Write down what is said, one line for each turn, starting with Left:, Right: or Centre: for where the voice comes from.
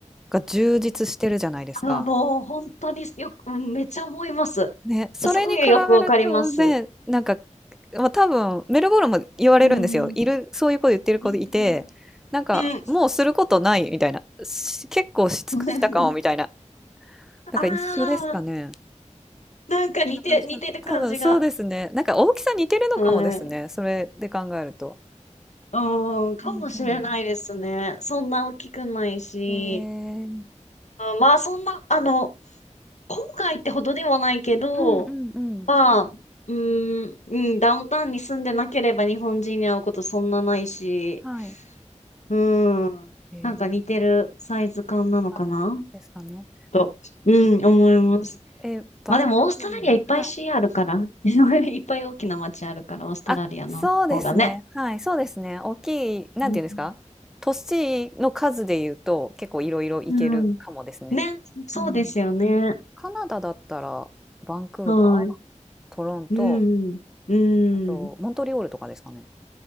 Centre: が充実してるじゃないですか。
Left: あ、もう本当によく、うんめっちゃ思います。
Centre: ね、それに比べるとね、
Left: すごいよくわかります。
Centre: なんか、まあ、多分メルボルンも言われるんですよ。
Left: うん、
Centre: いる、そういう子言ってる子いて、
Left: うん、
Centre: なんかもうすることないみたいな。
Left: うん。
Centre: し結構し尽くしたかもみたいな。
Left: <laughs>
Centre: なんか一緒ですかね。
Left: ああ、なんか似て、
Centre: そんな感じかな。
Left: 似てる感じが。
Centre: 多分そうですね。なんか大きさ似てるのかもですね。
Left: はい。
Centre: それで考えると。
Left: うん、かもしれないですね。
Centre: うん
Left: そんな大きくないし。
Centre: うん。えー、
Left: まあ、そんな、あの、郊外ってほどではないけど、
Centre: うんうんうん。
Left: まあ、うーん、うん、ダウンタウンに住んでなければ日本人に会うことそんなないし、
Centre: はい。
Left: うーん、
Centre: えー、
Left: なんか似てるサイズ感なのかな
Centre: なのかなですかね。
Left: と、うん、思います。
Centre: えー、バンクーバー。
Left: まあでもオーストラリアいっぱい市あるから、
Centre: はい。
Left: <laughs> いっぱい大きな街あるから、オーストラリアの方がね。
Centre: あ、そうですね。はい、そうですね。大きい、なんていうんですか都市の数で言うと結構いろいろ行けるかもですね。
Left: うんうん。ね、そうですよね。
Centre: うん。カナダだったらバンクーバー、
Left: はい。
Centre: トロント、
Left: うん。う
Centre: あとモントリオールとかですかね。
Left: ん。